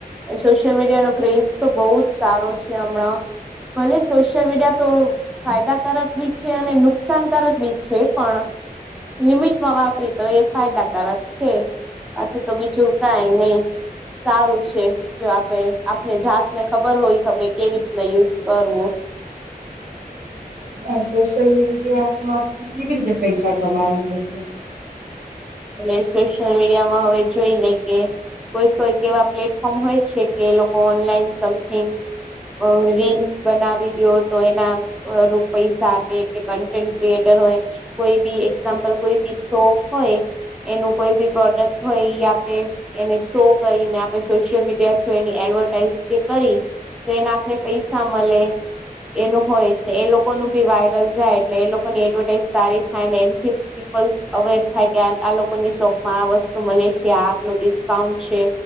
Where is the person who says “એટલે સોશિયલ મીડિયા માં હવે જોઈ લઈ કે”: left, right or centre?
Centre